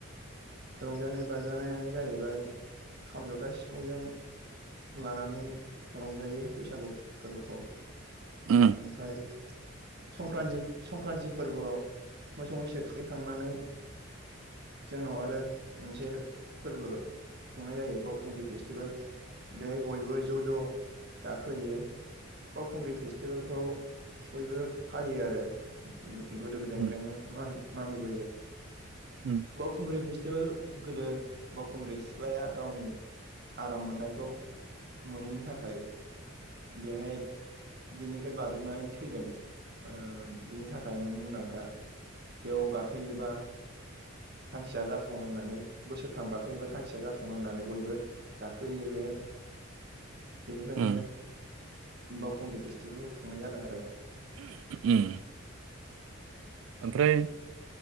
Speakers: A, on the right; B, on the right.
A: रंजानाय बाजानायानो जाहैबाय खाम जथा सिफुंजों। लानानै रंजायो बैसागु फोरबोखौ
B: उम
A: ओमफाय। संक्रान्ति संक्रान्ति फोरबोआव मोसौ मैसो थुखैखांनानै। <inaudible> जोंनाव आरो मोनसे फोरबो खुंनाय जायो बावखुंग्रि फेस्टिभेल। बेहाय बयबो ज' ज' गाखोहैयो बावखुंग्रि फेस्टिभेलखौ। बयबो फालियो आरो गो-गोदो गोदायनिफ्रायनो
B: उम
A: मा-मानिबोयो‌।
B: उम।
A: बावखुंग्रि फेस्टिभेल गोदो बावखुंग्रि सिख्लाया गावनि। आराम मोननायखौ मोनैनि थाखाय। बेहाय बिनिफ्राय बारजुमनानै थैदों ओ। बिनि थाखायनो मुंदांखा बेयाव गाखोयोबा। थांखिया जाफुं होननानै बोसोरथाम गाखोयोबा थांखिया जाफुङो होननानै बयबो गाखोहैयो बेहाय। बेनिखायनो
B: उम उम
A: बावखुंग्रि फे सटिबेलखौ खुंनाय जादों आरो।
B: उम ओमफ्राय।